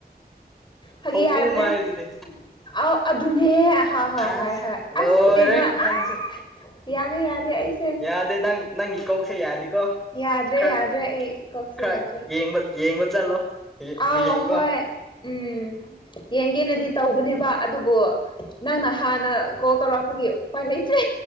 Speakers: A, on the left (about 30°); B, in the centre.
A: ꯐꯒꯤ
B: ꯈꯧꯄꯨ
A: ꯍꯥꯏꯕꯅꯦ
B: ꯃꯥꯏꯗꯨꯗꯤ
A: ꯑꯧ ꯑꯗꯨꯅꯦ ꯍꯣꯏ ꯍꯣꯏ
B: ꯑꯁ
A: ꯍꯣꯏ ꯍꯣꯏ
B: ꯂꯣꯏꯔꯦ
A: ꯑꯁ ꯀꯩꯅꯣ ꯑꯁ
B: ꯅꯪꯁꯨ
A: ꯌꯥꯗꯦ ꯌꯥꯗꯦ ꯑꯩꯁꯦ
B: ꯌꯥꯗꯦ ꯅꯪ ꯅꯪꯒꯤ ꯀꯣꯛꯁꯦ ꯌꯥꯗꯦꯀꯣ
A: ꯌꯥꯗ꯭ꯔꯦ
B: ꯈꯔ
A: ꯌꯥꯗ꯭ꯔꯦ ꯑꯩ ꯀꯣꯛꯁꯦ
B: ꯈꯔ
A: ꯌꯥꯗ꯭ꯔꯦ
B: ꯌꯦꯡꯕ ꯌꯦꯡꯕ ꯆꯠꯂꯣ
A: ꯑꯥꯎ
B: ꯍꯌꯦꯡꯀꯣ
A: ꯍꯣꯏ ꯎꯝ ꯌꯦꯡꯒꯦꯅꯗꯤ ꯇꯧꯕꯅꯦꯕ ꯑꯗꯨꯕꯨ ꯅꯪꯅ ꯍꯥꯟꯅ ꯀꯣꯜ ꯇꯧꯔꯛꯄꯒꯤ ꯎꯄꯥꯏ ꯂꯩꯇ꯭ꯔꯦ